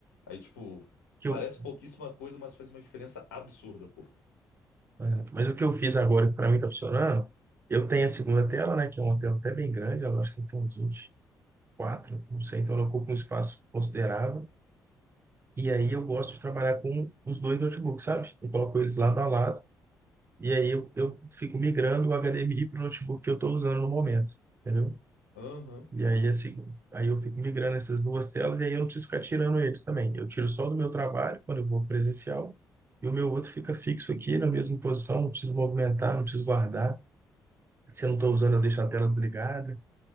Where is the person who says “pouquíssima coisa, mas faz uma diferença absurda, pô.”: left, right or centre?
Left